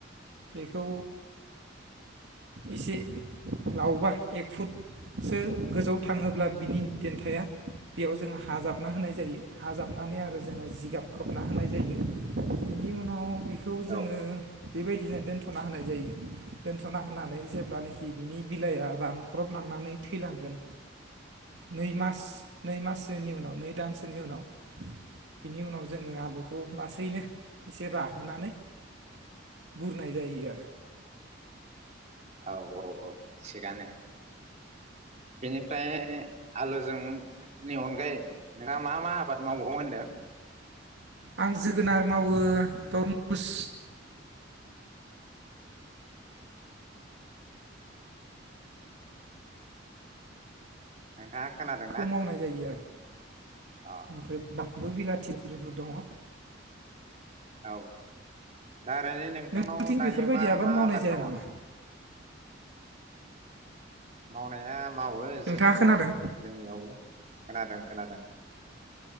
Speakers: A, on the right (about 65°); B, on the right (about 35°).
A: बेखौ एसे लावबा एक फुटसो गोजौआव थाङोब्ला बिनि देन्थाया बेयाव जोङो हाजाबना होनाय जायो हाजाबनानै आरो जोङो जिगाब खोबना होनाय जायो। बिनि उनाव बेखौ जोङो
B: औ
A: बेबायदिनो दोनथ'ना होनाय जायो दोनथ'ना होनानै जेब्लानोखि बिनि बिलाइआ रानख्रबलांनानै थैलांगोन नै मास नै माससोनि उनाव नै दानसोनि उनाव बिनि उनाव जोङो आलुखौ लासैनो एसे राहोनानै बुरनाय जायो आरो
B: औ औ औ थिगानो बेनिफ्राय आलुजोंनि अनगायै नोंहा मा मा आबाद मावबावो होनदों?
A: आं जोगोनार मावो, तरमुस
B: नोंथाङा खोनादोंना
A: बे खौ मावनाय जायो आरो
B: अ
A: ओमफ्राय बानलु बिलाथिफोरबो दङ
B: औ दा ओरैनो नोंथांनाव
A: नोंथांथिं
B: दायो
A: बेफोरबायदि
B: मा मा
A: मावनाय
B: आबाद
A: जाया
B: दङ?
A: नामा
B: मावनाया मावो
A: नोंथाङा
B: जोंनिथिं
A: खोनादों
B: जोंनियावबो खोनादों खोनादों